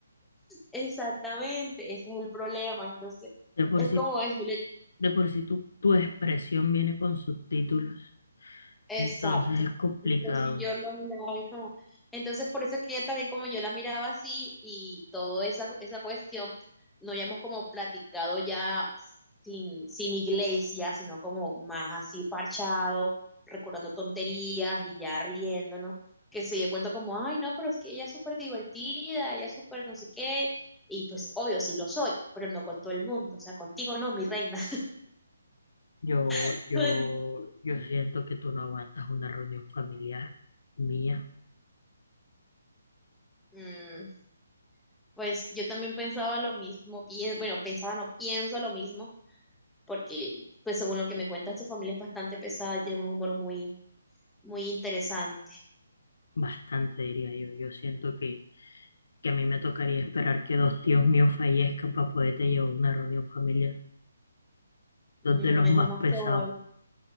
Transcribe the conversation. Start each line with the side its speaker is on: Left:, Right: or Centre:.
Centre: exactamente, ese es el problema. Entonces,
Left: De por
Centre: es
Left: sí,
Centre: como es,
Left: de por sí tu, tu expresión viene con subtítulos,
Centre: Exacto.
Left: entonces es complicado.
Centre: Entonces yo lo miraba y como, entonces por eso es que ella también como yo la miraba así y toda esa, esa cuestión, no habíamos como platicado ya sin, sin iglesia, sino como más así parchado, recordando tonterías y ya riéndonos, que se dio cuenta como, ay no, pero es que ella es súper divertida, ella es súper no sé qué, y pues obvio sí lo soy, pero no con todo el mundo, o sea, contigo no, mi reina.
Left: Yo,
Centre: <laughs>
Left: yo, yo siento que tú no aguantas una reunión familiar mía,
Centre: Mm, Pues yo también pensaba lo mismo, pien- bueno, pensaba, no pienso lo mismo, porque pues según lo que me cuentas, tu familia es bastante pesada y tiene un humor muy, muy interesante.
Left: bastante diría yo. Yo siento que, que a mí me tocaría esperar que dos tíos míos fallezcan para poderte llevar a una reunión familiar,
Centre: Mm,
Left: dos de los
Centre: es
Left: más
Centre: lo más
Left: pesados.
Centre: probable.